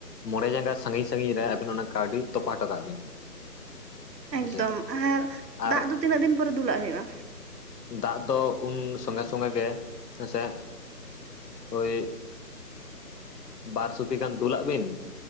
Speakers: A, on the left; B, on the right.
A: ᱢᱚᱬᱮ ᱡᱟᱸᱜᱟ ᱥᱟᱺᱜᱤᱧ ᱥᱟᱺᱜᱤᱧ ᱨᱮ ᱟᱹᱵᱤᱱ ᱚᱱᱟ ᱠᱟᱹᱣᱰᱤ ᱛᱚᱯᱟ ᱚᱴᱚ ᱠᱟᱜ ᱵᱤᱱ᱾
B: ᱮᱠᱫᱚᱢ
A: ᱦᱮᱸᱥᱮ
B: ᱟᱨ
A: ᱟᱨ
B: ᱫᱟᱜ ᱫᱚ ᱛᱤᱱᱟᱹᱜ ᱫᱤᱱ ᱯᱚᱨᱮ ᱫᱩᱞᱟᱜ ᱦᱩᱭᱩᱜᱼᱟ?
A: ᱫᱟᱜ ᱫᱚ ᱩᱱ ᱥᱚᱸᱜᱮ ᱥᱚᱸᱜᱮ ᱜᱮ ᱦᱮᱸᱥᱮ ᱳᱭ ᱵᱟᱨ ᱥᱩᱯᱤ ᱜᱟᱱ ᱫᱩᱞᱟᱜ ᱵᱤᱱ